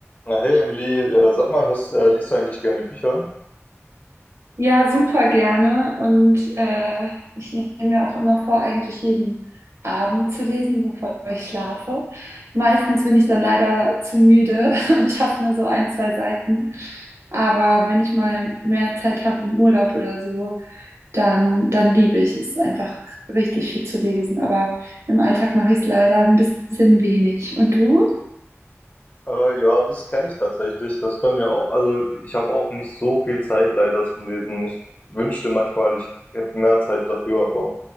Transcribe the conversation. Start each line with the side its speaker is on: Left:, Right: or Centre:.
Left: Na hey Emily, äh, sag mal, hörst, äh, liest du eigentlich gerne Bücher?
Right: Ja, super gerne. Und äh, ich nehme mir auch immer vor, eigentlich jeden Abend zu lesen, bevor ich schlafe. Meistens bin ich dann leider zu müde <laughs> und schaffe nur so ein, zwei Seiten. Aber wenn ich mal mehr Zeit habe im Urlaub oder so, dann, dann liebe ich es einfach richtig viel zu lesen. Aber im Alltag mache ich es leider ein bisschen wenig. Und du?
Left: Äh, ja, das kenne ich tatsächlich. Das bei mir auch. Also ich habe auch nicht so viel Zeit leider zum Lesen. Ich wünschte manchmal, ich hätte mehr Zeit dafür, aber